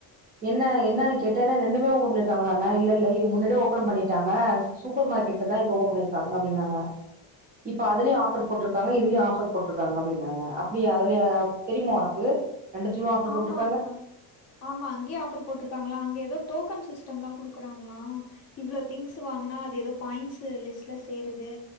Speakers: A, on the right; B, on the left.
A: என்ன என்னன்னு கேட்டேனா ரெண்டுமே ஓப்பன் பண்ணிருக்காங்ளான்னு இல்ல இல்ல இது முன்னாடி ஓபன் பண்ணி டாங்க சூப்பர் மார்க்கெட்டு தா இப்ப ஓபன் பண்ணிருக்காங்க அப்டின்னாங்க இப்ப அதுலயு ஆஃபர் போட்ருக்காங்க இதுலயு ஆஃபர் போட்ருக்காங்க அப்டின்னாங்க அப்டியா அதுலயா தெரியுமா உனக்கு ரெண்டுத்துலயுமே ஆஃபர்
B: ஆமா
A: போட்ருக்காங்க
B: ஆமா ஆமா அங்கே ஆஃபர் போட்ருக்காங்களா அங்க ஏதோ டோக்கன் சிஸ்டம் எல்லா குடுக்குறாங்களா இவ்ளோ திங்ஸ் வாங்குனா அது ஏதோ பாயிண்ட்ஸ் லிஸ்ட்ல சேருது